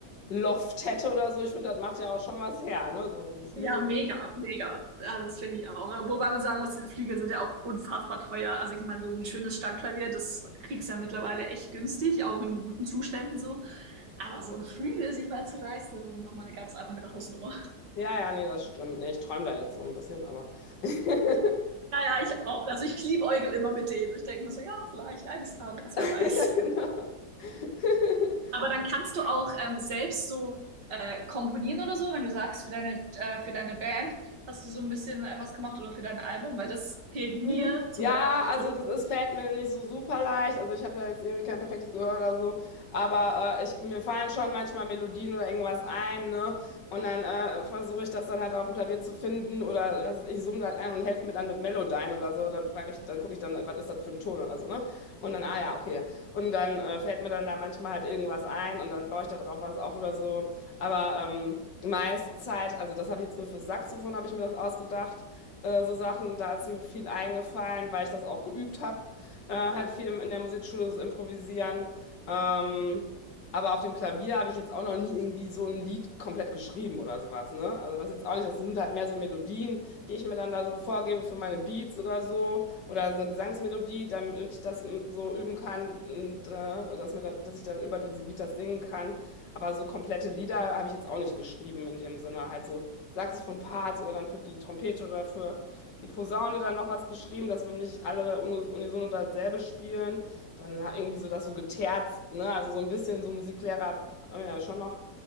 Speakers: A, on the left (about 80°); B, on the right (about 70°).
A: einen Loft hätte oder so, ich finde, das macht ja auch schon was her, ne? So ein Flügel.
B: Ja, mega, mega.
A: Ja,
B: Also das finde ich auch. Wobei man sagen muss, diese Flügel sind ja auch unfassbar teuer. Also ich meine, so ein schönes Standklavier, das kriegst du ja mittlerweile echt günstig, auch in guten Zuständen so. Aber so ein Flügel sich mal zu leisten, das ist nochmal eine ganz andere Hausnummer.
A: ja, ja, nee, das stimmt. Nee, ich träume da jetzt so ein bisschen, aber. <laughs>
B: Naja, ich auch. Also ich liebäugel immer mit denen. Ich denke mir so, ja, vielleicht eines Tages, wer
A: Ja,
B: weiß.
A: genau. <laughs>
B: Aber dann kannst du auch ähm, selbst so äh, komponieren oder so, wenn du sagst, für deine, äh, für deine Band hast du so ein bisschen äh, was gemacht oder für dein Album, weil das fehlt mir
A: Mhm.
B: zum
A: Ja,
B: Beispiel
A: also das ist, fällt mir nicht so super leicht. Also ich habe da jetzt irgendwie kein perfektes Gehör oder so. Aber äh, ich, mir fallen schon manchmal Melodien oder irgendwas ein, ne? Und dann äh, versuche ich das dann halt auf dem Klavier zu finden oder was weiß ich summe halt ein und helfe mir dann mit Melodyne oder so. Dann frage ich, dann gucke ich dann, was ist das für ein Ton oder so, ne? Und dann, ah ja, okay, ja. Und dann äh, fällt mir dann da manchmal halt irgendwas ein und dann baue ich da drauf was auf oder so. Aber ähm, meiste Zeit, also das habe ich jetzt nur für Saxophon, habe ich mir das ausgedacht äh, so Sachen, da ist mir viel eingefallen, weil ich das auch geübt habe, äh, halt viel im- in der Musikschule so improvisieren. Ähm, aber auf dem Klavier habe ich jetzt auch noch nie irgendwie so ein Lied komplett geschrieben oder sowas, ne? Also das jetzt auch nicht, das sind halt mehr so Melodien, die ich mir dann da so vorgebe für meine Beats oder so, oder so eine Gesangsmelodie, damit ich das mm, so üben kann und äh, dass mir dann, dass ich dann über diesen Beat das singen kann. Aber so komplette Lieder habe ich jetzt auch nicht geschrieben in dem Sinne, halt so Saxophon-Parts oder dann für die Trompete oder für die Posaune dann noch was geschrieben, dass wenn nicht alle unis- unisono dasselbe spielen, dann ha- irgendwie so das so geterzt, ne? Also so ein bisschen so Musiklehrer, äh, ja, schon noch,